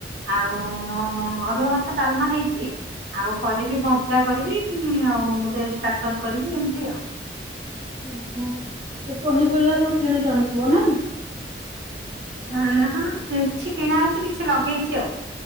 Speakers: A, on the right; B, on the right.
A: ଆଉ ଅରୁଆ ଭାତ ଡାଲମା ହେଇଛି ଆଉ କରିବି ଭଜା କରିବି ଆଉ ଗୋଟେ ଷ୍ଟାଟର କରିବି ଏମିତି ଆଉ।
B: ଓହୋ ପନିପରିବା ସବୁ କିଣିକି ଆଣୁଥିବ ନା।
A: ହଁ ହଁ କିଛି କିଣା ହଉଛି କିଛି ଲଗେଇଛି ଆଉ।